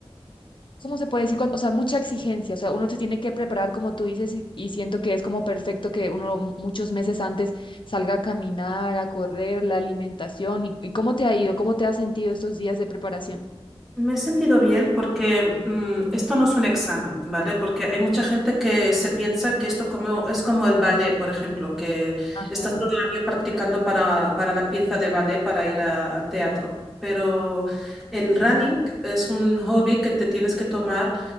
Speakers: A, on the left; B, in the centre.
A: ¿cómo se puede decir? Cuan- o sea, mucha exigencia, o sea, uno se tiene que preparar como tú dices y, y siento que es como perfecto que uno mu- muchos meses antes salga a caminar, a correr, la alimentación y, y ¿cómo te ha ido? ¿Cómo te has sentido estos días de preparación?
B: Me he sentido bien porque mm, esto no es un examen, ¿vale? Porque hay mucha gente que se piensa que esto como, es como el ballet, por ejemplo, que
A: Ajá.
B: estás todo el año practicando para, para la pieza de ballet para ir a- al teatro. Pero el running es un hobby que te tienes que tomar.